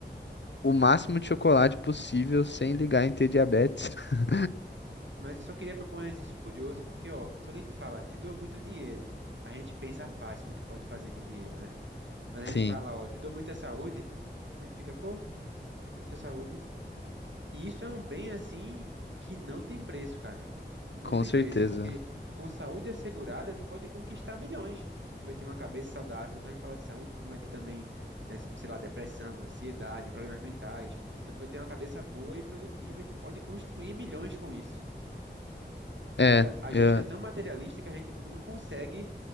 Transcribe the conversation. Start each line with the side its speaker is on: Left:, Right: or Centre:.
Left: o máximo de chocolate possível sem ligar em ter diabetes. <laughs>
Right: Mas eu só queria propor um exercício curioso, porque, ó, se alguém te fala, te dou muito dinheiro, a gente pensa fácil no que pode fazer com o dinheiro, né? Mas a
Left: Sim,
Right: gente fala, ó, te dou muita saúde, a gente fica, pô, muita saúde. E isso é um bem assim que não tem preço, cara. Não
Left: com
Right: tem
Left: certeza.
Right: preço, porque com saúde assegurada, tu pode conquistar milhões. Tu vai ter uma cabeça saudável. Quando a gente fala de saúde, tu não vai ter também, né, sei lá, depressão, ansiedade, problemas mentais. Então, tu vai ter uma cabeça boa e produtiva e tu pode construir milhões com isso. É
Left: É,
Right: porque a a
Left: é,
Right: gente está tão materialista que a gente não consegue